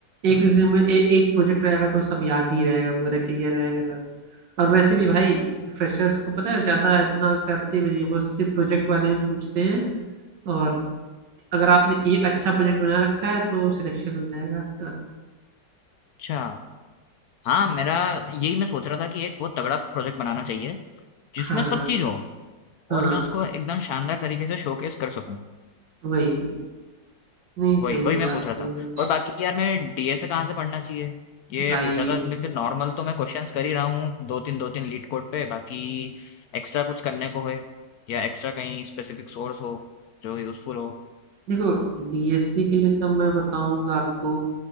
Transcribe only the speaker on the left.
अच्छा हाँ मेरा यही मैं सोच रहा था कि एक बहुत तगड़ा प्रोजेक्ट बनाना चाहिए जिसमें
सब चीज हो
और
मैं उसको एकदम शानदार तरीके से शोकेस कर सकूं
वही वही मैं
पूछ रहा
था
और बाकी यार मैं डीएसए कहाँ से पढ़ना चाहिए ये
पूछ रहा था बिल्कुल नॉर्मल तो मैं क्वेश्चंस कर ही रहा हूँ दो तीन दो तीन लीड कोड पे बाकी एक्स्ट्रा कुछ करने को है या एक्स्ट्रा कहीं स्पेसिफिक सोर्स हो जो यूजफुल हो